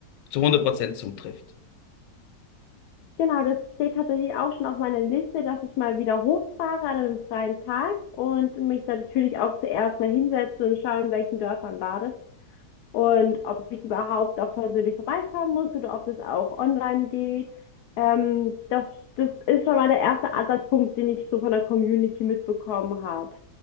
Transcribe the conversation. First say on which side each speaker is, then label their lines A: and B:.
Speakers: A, on the left (about 85°); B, on the left (about 70°).
A: zu 100% zutrifft.
B: Genau, das steht tatsächlich auch schon auf meiner Liste, dass ich mal wieder hochfahre an einem freien Tag und mich dann natürlich auch zuerst mal hinsetze und schaue, in welchen Dörfern war das und ob ich überhaupt auch persönlich vorbeikommen muss oder ob das auch online geht. Ähm, das, das ist schon mal der erste Ansatzpunkt, den ich so von der Community mitbekommen habe.